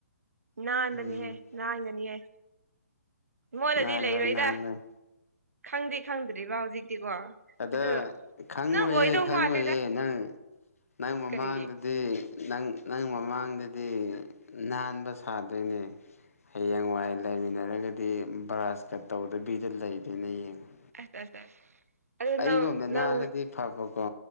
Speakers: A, on the right (about 70°); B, on the left (about 65°).
A: ꯅꯥꯟꯕꯅꯦꯍꯦ
B: ꯎꯝ
A: ꯅꯥꯟꯒꯥꯅꯤꯍꯦ ꯃꯣꯠꯂꯗꯤ
B: ꯅꯥꯜꯂꯣꯏ
A: ꯂꯩꯔꯣꯏꯗꯥ
B: ꯅꯥꯜꯂꯣꯏ
A: ꯈꯪꯗꯤ ꯈꯪꯗ꯭ꯔꯤꯕ ꯍꯧꯖꯤꯛꯇꯤꯀꯣ
B: ꯑꯗꯥ
A: ꯑꯗꯨ
B: ꯈꯪꯉꯣꯏꯌꯦ
A: ꯅꯪ ꯑꯣꯏꯗꯧ
B: ꯈꯪꯉꯣꯏꯌꯦ
A: ꯃꯥꯜꯂꯦꯗ
B: ꯅꯪ ꯅꯪ ꯃꯃꯥꯡꯗ
A: ꯀꯔꯤꯒꯤ
B: ꯗꯤ ꯅꯪ ꯅꯪ ꯃꯃꯥꯡꯗꯗꯤ ꯅꯥꯟꯕ ꯁꯥꯗꯣꯏꯅꯦ ꯍꯌꯦꯡꯋꯥꯏ ꯂꯩꯃꯤꯟꯅꯔꯒꯥꯗꯤ ꯕ꯭ꯔꯥꯁ ꯀꯥ ꯇꯧꯗꯕꯤꯗ ꯂꯩꯗꯣꯏꯅꯦ ꯌꯦꯡꯉꯣ
A: ꯑꯁ ꯑꯁ ꯑꯁ ꯑꯗꯨ
B: ꯑꯩꯒꯨꯝꯅ
A: ꯅꯪ ꯅꯪ
B: ꯅꯥꯜꯂꯗꯤ ꯐꯕꯀꯣ